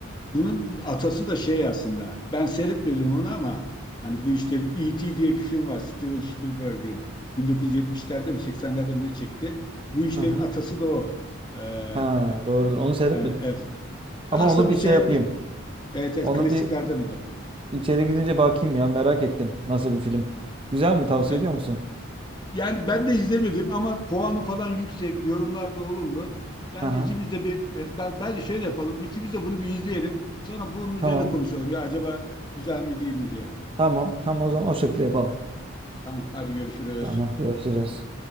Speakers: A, on the left; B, on the right.
A: Bunun atası da şey aslında. Ben seyretmedim onu ama hani bu işlerin E.T. diye bir film var. Steven Spielberg'in 1970'lerde mi 80'lerde mi ne çekti. Bu işlerin
B: Hı hı.
A: atası da o. Ee, e,
B: Ha, doğrudur.
A: e,
B: Onu seyretmedim.
A: e, evet. Aslında
B: Ama onu
A: bir
B: bir
A: seyretmek
B: şey yapayım.
A: evet, evet
B: Onu
A: klasiklerden
B: bir
A: o da.
B: İçeri gidince bakayım ya merak ettim. Nasıl bir film? Güzel mi? Tavsiye
A: Evet.
B: ediyor musun?
A: Yani ben de izlemedim ama puanı falan yüksek, yorumlar da olumlu. Bence
B: Aha,
A: ikimiz de bir e, ben- bence şöyle yapalım. İkimiz de bunu bir izleyelim. Sonra bunun üzerine
B: tamam.
A: konuşalım. Ya acaba güzel mi değil mi diye.
B: Tamam. Tamam o zaman o şekilde yapalım.
A: Tamam, hadi görüşürüz.
B: Tamam görüşürüz.